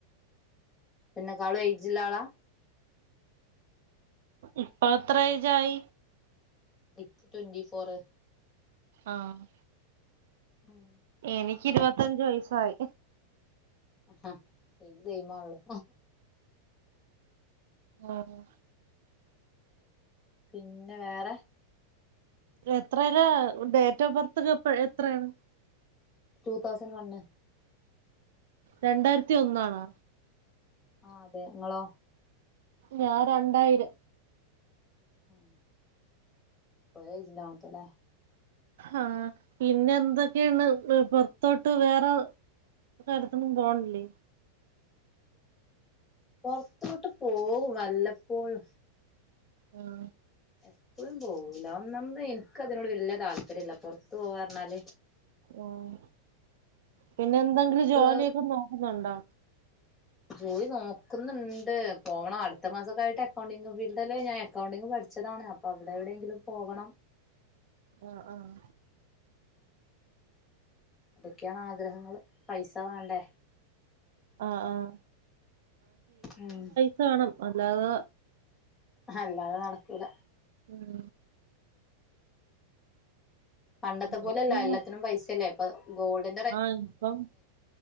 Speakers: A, on the left; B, on the right.
A: പിന്നെക്കാളു എയ്ജില്ലാളാ?
B: ഇപ്പൊ എത്ര എയ്ജായി?
A: ഇറ്റ് ട്വന്റി ഫോറ്
B: ആഹ്
A: ഉം
B: എനിക്ക് ഇരുപത്തഞ്ച് വയസായി
A: ആഹ് എയ്ജ് സെയിം ആണല്ലോ
B: ആഹ്
A: പിന്നെ വേറെ?
B: എത്രല ഡേറ്റ് ഓഫ് ബർത്ത്കെ എപ്പ എത്രണ്
A: ടു തൗസൻഡ് വണ്ണ്
B: രണ്ടായിരത്തി ഒന്നാണോ?
A: ആഹ് അതെ ഇങ്ങളോ?
B: ഞാ രണ്ടായിരം
A: ഉം പോയജ്ലാമത്തല്ലേ
B: ആഹ് പിന്നെ എന്തൊക്കെണ് പോർത്തോട്ട് വേറെ ഇപ്പൊ അടുത്തൊന്നും പോണില്ലേ?
A: പൊറത്തോട്ട് പോകും വല്ലപ്പോഴും
B: ഉം
A: എപ്പളും പോവൂല്ല ഒന്നാമത് ഇൻക്ക് അതിനോട് വല്യ താല്പര്യല്ല പൊറത്ത് പോവാ പറഞ്ഞാല്
B: ഓഹ് പിന്നെ എന്തെങ്കിലും
A: എനിക്ക്
B: ജോലിയൊക്കെ നോക്കുന്നുണ്ടോ?
A: ജോലി നോക്ക്ന്നുണ്ട് പോവണം അടുത്ത മാസക്കായിട്ട് അക്കൗണ്ടിങ് ഫീൽഡില് ഞാൻ അക്കൗണ്ടിങ് പഠിച്ചതാണ് അ പ്പൊ അവിടെ എവിടെയെങ്കിലും പോകണം.
B: ആഹ് ആഹ്
A: അതൊക്കെയാണ് ആഗ്രഹങ്ങള് പൈസ വാണ്ടേ
B: ആഹ് ആഹ്
A: ഉം.
B: സ വാണം അല്ലാതെ
A: ഹല്ലാതെ നടക്കൂല
B: ഉം.
A: പണ്ടത്തെ
B: ഉം
A: പോലെല്ല എല്ലാത്തിനും പൈസല്ലേ ഇപ്പൊ ഗോൾഡി
B: ആഹ് ഇപ്പം